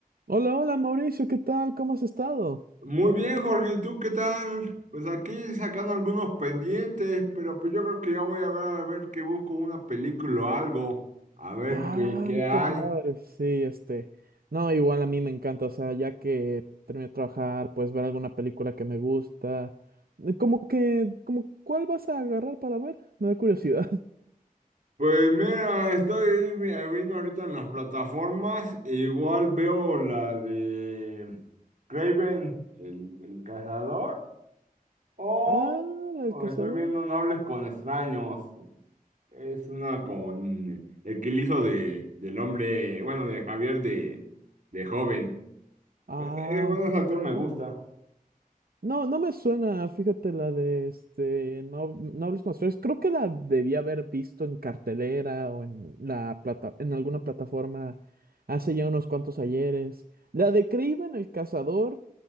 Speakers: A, on the right; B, on the right.
A: Hola, hola Mauricio, ¿qué tal? ¿Cómo has estado?
B: Muy bien, Jorge, ¿y tú qué tal? Pues aquí sacando algunos pendientes, pero pues yo creo que ya voy a ver a ver que busco una película o algo, a ver
A: Ah,
B: qué, qué hay.
A: qué padre. Sí, este. No, igual a mí me encanta, o sea, ya que terminé de trabajar, pues ver alguna película que me gusta. Eh, Como que, como, ¿cuál vas a agarrar para ver? Me da curiosidad. <laughs>
B: Pues mira, estoy vi- eh, viendo ahorita en las plataformas, e igual veo la de Craven, el, el cazador, o,
A: Ah,
B: o
A: el cazador.
B: estoy viendo No hables con extraños, es una con el que le hizo de, del hombre, bueno, de Javier de, de joven.
A: Ah,
B: Ese, ese bueno,
A: qué
B: ese actor me gusta.
A: padre. No, no me suena, fíjate la de este, no, no hables con los feos. Creo que la debía haber visto en cartelera o en la plata, en alguna plataforma hace ya unos cuantos ayeres. La de Kraven el cazador,